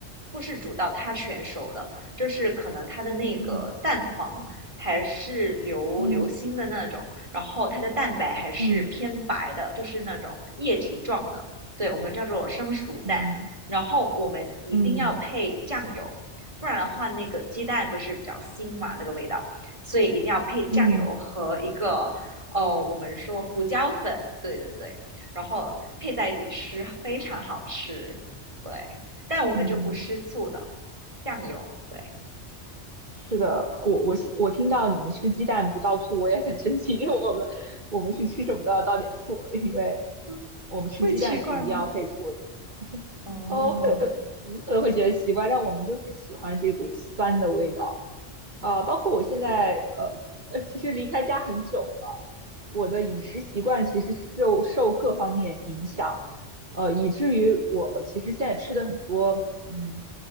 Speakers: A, on the right; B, on the right.
A: 不是煮到它全熟的，就是可能它的那个蛋黄还是流流心的那种。
B: 嗯嗯
A: 然后它的蛋白还是偏白的，
B: 嗯
A: 就是那种液体状的，对我们叫做生熟蛋。
B: 嗯
A: 然后我们一定要配酱油，
B: 嗯嗯嗯。
A: 不然的话那个鸡蛋不是比较腥嘛，那个味道，所以一定要配酱油和一个哦，
B: 嗯嗯嗯
A: 我们说胡椒粉，对对对，然后配在一起吃，非常好吃。对，但我们就不吃醋的，
B: 嗯
A: 酱油，对，
B: 是的，我我是我听到你们吃鸡蛋不倒醋，我也很生气，因为我们我们是吃什么都要倒点醋，因为
A: 嗯，
B: 我们吃鸡蛋是一定要配醋，
A: 会奇怪吗？哦，
B: 呃，会，你们可能会觉得奇怪，但我们就是喜欢这股酸的味道。呃，包括我现在，呃呃，其实离开家很久了，我的饮食习惯其实受受各方面影响，呃，以至于我其实现在吃的很多，嗯，